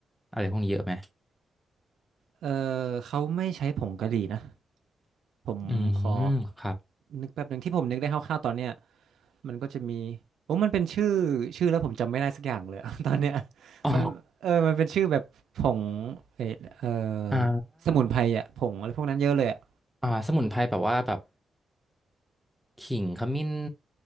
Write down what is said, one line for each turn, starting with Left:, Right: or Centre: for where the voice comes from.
Centre: อะไรพวกนี้เยอะไหม
Right: เออเขาไม่ใช้ผงกะหรี่นะ ผมขอ
Centre: อืมครับ
Right: นึกแป๊บหนึ่งที่ผมนึกได้คร่าวๆตอนเนี้ยมันก็จะมีโอ้มันเป็นชื่อชื่อแล้วผมจำไม่ได้สักอย่างเลยอะ <laughs> ตอนเนี้ย
Centre: อ๋อ
Right: มันเออมันเป็นชื่อแบบผงเออเออ
Centre: อ่า
Right: สมุนไพรอ่ะผงอะไรพวกนั้นเยอะเลยอะ
Centre: อ่าสมุนไพรแบบว่าแบบขิงขมิ้น